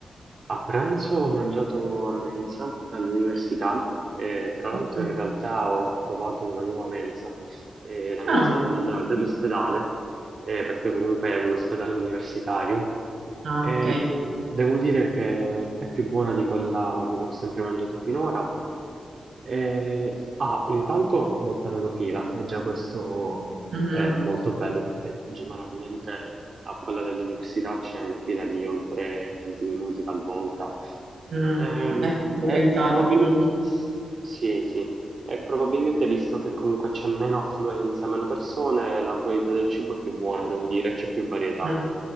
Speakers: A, on the right; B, on the right.
A: A pranzo ho mangiato a mensa all'università e tra l'altro
B: Mhm.
A: in realtà ho provato una nuova mensa, eh, la mensa
B: No.
A: del- dell'ospedale, eh, perché comunque è un ospedale universitario.
B: Ah,
A: E
B: ok.
A: devo dire che è più buona di quella dove ho sempre mangiato finora. Eh, ah, intanto molta meno fila, e già questo
B: Mhm.
A: È molto bello perché generalmente a quella dell'università c'è una fila di oltre 20 minuti talvolta.
B: Mm.
A: Ehm,
B: Ecco, frequentati,
A: è probabilmente,
B: quindi.
A: sì, sì, è probabilmente visto che comunque c'è meno affluenza, meno persone, la qualità del cibo è più buona, devo dire, c'è più varietà.
B: Mm.